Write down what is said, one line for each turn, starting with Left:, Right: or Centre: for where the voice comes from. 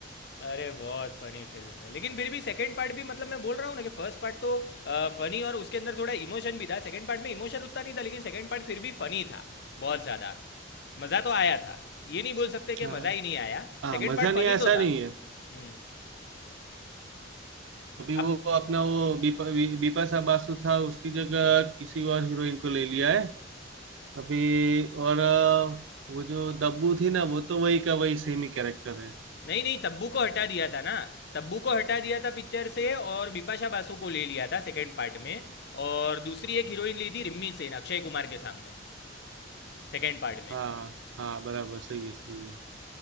Left: अरे बहुत फनी फिल्म है लेकिन फिर भी सेकंड पार्ट भी मतलब मैं बोल रहा हूँ ना कि फर्स्ट पार्ट तो फनी और उसके अंदर थोड़ा इमोशन भी था सेकंड पार्ट में इमोशन उतना नहीं था लेकिन सेकंड पार्ट फिर भी फनी था बहुत ज़्यादा मज़ा तो आया था ये नहीं बोल सकते कि
Right: हाँ
Left: मज़ा ही नहीं आया
Right: हाँ
Left: सेकंड
Right: मजा
Left: पार्ट फनी
Right: नहीं ऐसा
Left: तो था
Right: नहीं है
Left: हम्म
Right: अभी
Left: अब
Right: वो अपना वो बीपा बी- बीपा सा बासु था उसकी जगह किसी और हीरोइन को ले लिया है अभी और अ, वो जो दब्बू थी ना वो तो वही का वही सेम ही कैरेक्टर है
Left: नहीं नहीं तब्बू को हटा दिया था ना तब्बू को हटा दिया था पिक्चर से और बिपाशा बासु को ले लिया था सेकंड पार्ट में और दूसरी एक हीरोइन ली थी रिम्मी सेन अक्षय कुमार के सामने सेकंड पार्ट में
Right: हाँ हाँ बराबर सही है सही है